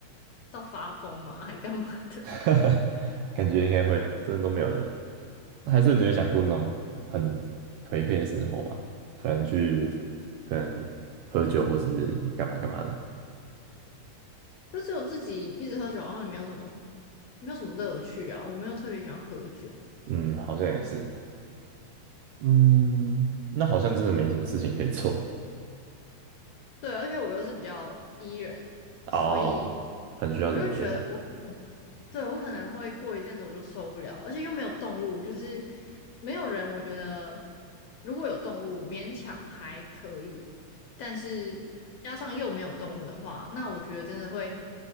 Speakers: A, on the left (about 70°); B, on the right (about 80°).
A: 到发疯嘛，还干嘛的？
B: <laughs> 感觉应该会，真的都没有人。那还是你有想过那种很颓废的生活吗？可能去，可能喝酒或是干嘛干嘛的。
A: 就只有自己一直喝酒，然后也没有什么没有什么乐趣啊。我没有特别喜欢喝酒，
B: 嗯，好像也是。嗯，那好像真的没什么事情可以做
A: 对，而且我又是比较 E 人，所以
B: 哦，很需要人陪伴。
A: 我就觉得。我。对，我可能会过一阵子我就受不了了，而且又没有动物，就是没有人。我觉得如果有动物，勉强还可以，但是加上又没有动物的话，那我觉得真的会